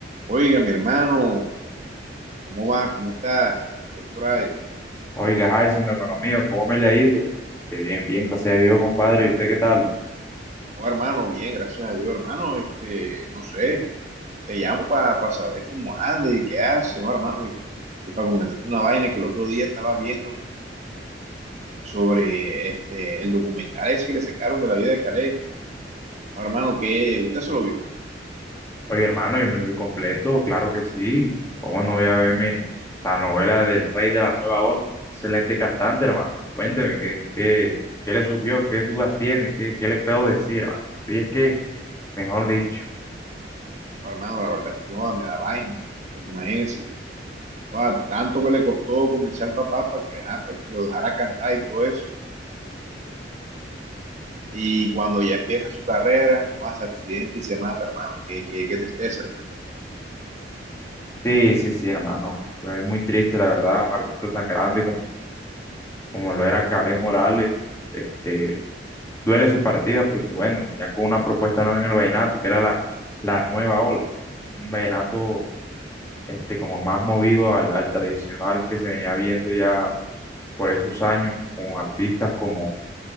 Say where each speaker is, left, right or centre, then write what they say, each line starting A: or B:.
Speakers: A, on the right; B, on the left.
A: Oiga, mi hermano, ¿cómo va? ¿Cómo está? ¿Qué hay por ahí?
B: Oiga, Jason, hermano mío, ¿cómo me le ha ido? De bien, bien, gracias a Dios, compadre. ¿Y usted qué tal?
A: Oh, hermano, bien, gracias a Dios, hermano. Este, no sé, te llamo para saber cómo andas y qué haces, oh, hermano, y, para comentarte una vaina que el otro día estaba viendo sobre este, el documental ese que le sacaron de la vida de Calais. Oh, hermano, que usted se lo vio.
B: Oye, hermano, yo me lo vi completo, claro que sí. ¿Cómo no voy a verme la novela del Rey de la Nueva Ola? Excelente cantante, hermano. Cuénteme, ¿qué, qué, qué le surgió? ¿Qué dudas tiene? ¿Qué, qué le puedo decir, hermano? Y es que, mejor dicho.
A: Oh, hermano, la verdad es que joda, me da vaina, porque imagínense, joda, tanto que le costó convencer al papá para que, ajá, para que lo dejara cantar y todo eso. Y cuando ya empieza su carrera, hace accidente y se mata, hermano. Qué, qué, qué tristeza, hermano.
B: Sí, sí, sí, hermano. Es muy triste, la verdad, un artista tan grande como, como lo era Kaleth Morales. Este, duele su partida porque, bueno, venía con una propuesta nueva en el vallenato, que era la, la nueva ola. Un vallenato este, como más movido al, al tradicional que se venía viendo ya por esos años, con artistas como